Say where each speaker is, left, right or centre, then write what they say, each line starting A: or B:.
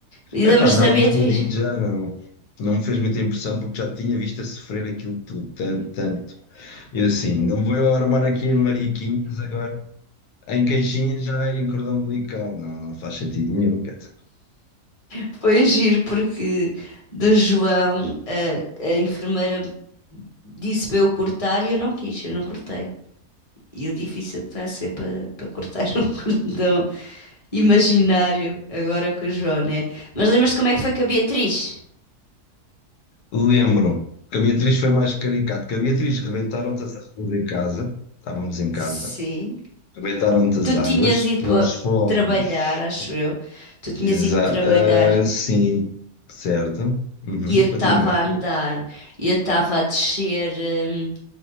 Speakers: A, on the left; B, on the left.
A: E lembras-te
B: Epá, na
A: da
B: altura
A: Beatriz?
B: digo já não. Não me fez muita impressão porque já tinha visto a sofrer aquilo tudo, tanto, tanto. E eu assim, não vou eu armar aqui em mariquinhas agora. em caixinha já em cordão umbilical. Não, não faz sentido nenhum. quer dizer.
A: Foi giro porque do João a, a enfermeira disse para eu cortar e eu não quis, eu não cortei. E o difícil que está a ser para, para cortar <laughs> um cordão imaginário agora com o João, né? Mas lembras-te como é que foi com a Beatriz?
B: Lembro que a Beatriz foi mais caricato. Que a Beatriz rebentaram-te as águas em casa. Estávamos em
A: Sim.
B: casa. Rebentaram-te as
A: Tu
B: águas.
A: tinhas ido
B: Nós
A: para
B: fomos.
A: trabalhar, acho eu. Tu tinhas
B: Exa
A: ido trabalhar
B: ah, sim, certo. Uhum,
A: e eu estava
B: Continua.
A: a andar e eu estava a descer. hum,